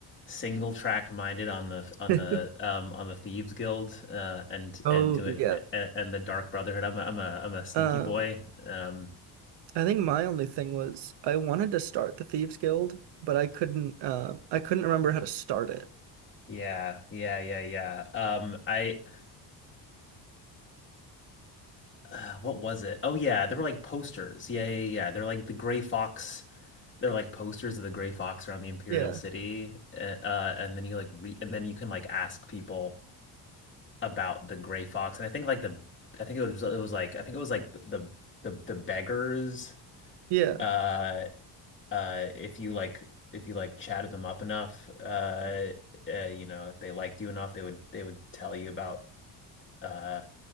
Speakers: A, on the left; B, on the right.
A: single track minded on the on
B: <laughs>
A: the um on the Thieves Guild uh and
B: Oh,
A: and doing
B: yeah.
A: and, and the Dark Brotherhood. I'm a, I'm a I'm a sneaky
B: Um,
A: boy. Um
B: I think my only thing was I wanted to start the Thieves Guild, but I couldn't. Uh, I couldn't remember how to start it.
A: yeah, yeah, yeah, yeah. Um I uh, what was it? Oh yeah, there were like posters. Yeah, yeah, yeah. yeah. They're like the Gray Fox they're like posters of the Gray Fox around the Imperial
B: Yeah.
A: City, uh, uh, and then you like re and then you can like ask people about the Gray Fox. And I think like the I think it was it was like I think it was like the the the beggars.
B: Yeah,
A: Uh, uh, if you like if you like chatted them up enough, uh, uh, you know, if they liked you enough, they would they would tell you about uh